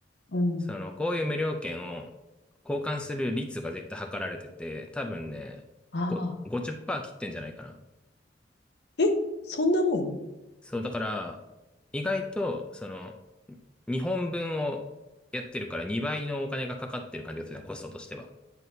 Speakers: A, on the left; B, in the centre.
A: うん。
B: その、こういう無料券を交換する率が絶対測られてて、多分ね、
A: ああ。
B: ご50%切ってんじゃないかな。
A: え、そんなもん
B: そう、だから、意外と、その、2本分をやってるから2倍のお金がかかってる感じがするな、コストとしては。